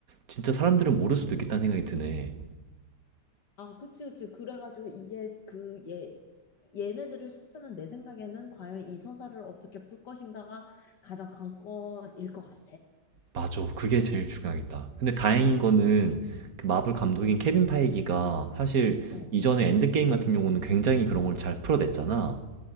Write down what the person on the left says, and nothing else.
아, 그치, 그치. 그래가지고 이게 그 얘, 얘네들의 숙제는 내 생각에는 과연 이 서사를 어떻게 풀 것인가가 가장 관건일 것 같아.
어.